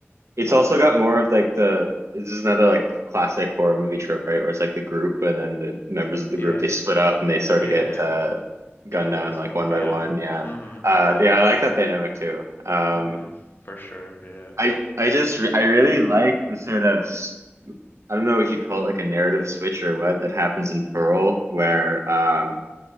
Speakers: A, on the right (about 85°); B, on the left (about 45°).
A: It's also got more of like the this is another like classic horror movie trope, right? Where it's like the group and then the members of
B: Yeah.
A: the group they split up and they sort
B: Yeah.
A: of get uh, gunned
B: Killed
A: down
B: and stuff.
A: like one by
B: Yeah.
A: one. Yeah.
B: Mm-hmm.
A: Uh,
B: Yeah.
A: yeah, I like that dynamic too. Um,
B: Mm-hmm. For sure. Yeah.
A: I I just re I really like the sort of s- I don't know if you call it like a narrative switch or what that happens in Pearl where um